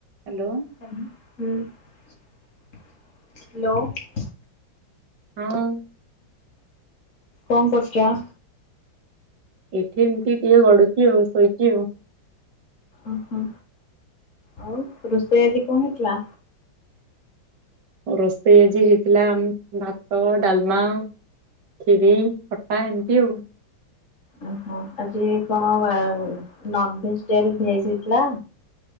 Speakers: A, on the right; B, on the left.
A: Hello.
B: Hello.
A: ହଁ।
B: କଅଁ କରୁଚ?
A: ଏଇଠି ଏମତି ଟିକେ ଗଡୁଚି ଆଉ ଶୋଇଚି ଆଉ।
B: ଅ ହଁ। ଆଉ ରୋଷେଇ ଆଜି କଅଁ ହେଇଥିଲା?
A: ରୋଷେଇ ଆଜି ହେଇଥିଲା ଭାତ ଡାଲମା ଖିରି ଖଟା ଏମିତି ଆଉ।
B: ଓହୋ। ଆଜି କଣ ନନଭେଜ ଡେ ରେ ଭେଜ ହେଇଥିଲା?